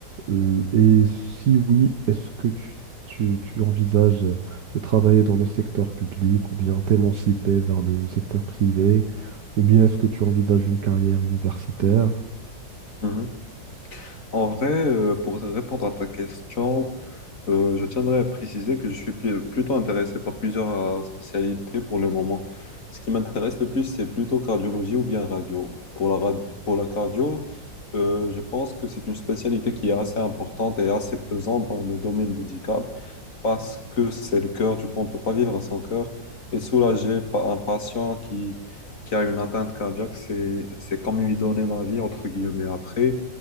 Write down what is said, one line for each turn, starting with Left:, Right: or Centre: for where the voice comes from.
Right: Euh, et si oui, est-ce que tu, tu, tu envisages euh, de travailler dans le secteur public ou bien t'émanciper vers le secteur privé ou bien est-ce que tu envisages une carrière universitaire?
Left: mhm. En vrai, euh, pour répondre à ta question, euh, je tiendrais à préciser que je suis plu- plutôt intéressé par plusieurs euh, spécialités pour le moment. Ce qui m'intéresse le plus, c'est plutôt cardiologie ou bien radio. Pour la, rad- pour la cardio, euh, je pense que c'est une spécialité qui est assez importante et assez pesante dans le domaine médical. parce que c'est le cœur, du coup, on ne peut pas vivre sans cœur. Et soulager pa- un patient qui, qui a une atteinte cardiaque, c'est, c'est comme lui donner la vie, entre guillemets. Après,